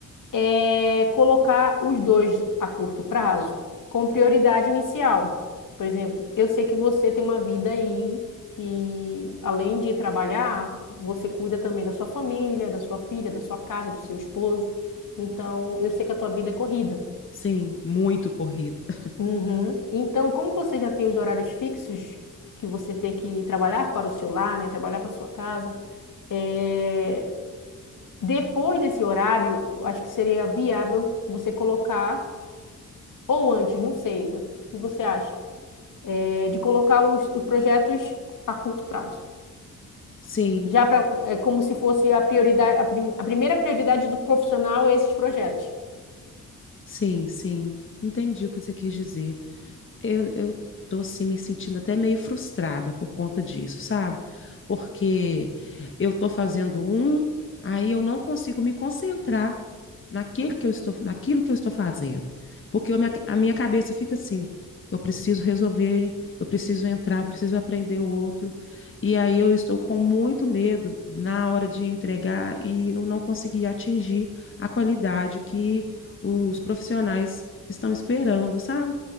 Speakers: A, on the left (about 60°); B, on the left (about 35°).
A: é, colocar os dois a curto prazo com prioridade inicial. Por exemplo, eu sei que você tem uma vida aí que, além de trabalhar, você cuida também da sua família, da sua filha, da sua casa, do seu esposo. Então, eu sei que a tua vida é corrida.
B: Sim, muito corrida. <laughs>
A: Uhum. Então, como você já tem os horários fixos que você tem que trabalhar para o seu lar, né, trabalhar para a sua casa, é, depois desse horário, eu acho que seria viável você colocar ou antes, não sei, né? o que você acha, é, de colocar os, os projetos a curto prazo.
B: Sim,
A: Já pra, é como se fosse a prioridade, a, prim- a primeira prioridade do profissional é esses projetos.
B: sim, sim. Entendi o que você quis dizer. eu, eu tô assim me sentindo até meio frustrada por conta disso, sabe? Porque eu tô fazendo um, aí eu não consigo me concentrar naquele que eu estou, naquilo que eu estou fazendo. Porque eu, a minha cabeça fica assim, eu preciso resolver, eu preciso entrar, eu preciso aprender o outro. E aí eu estou com muito medo na hora de entregar e eu não consegui atingir a qualidade que os profissionais estão esperando, sabe?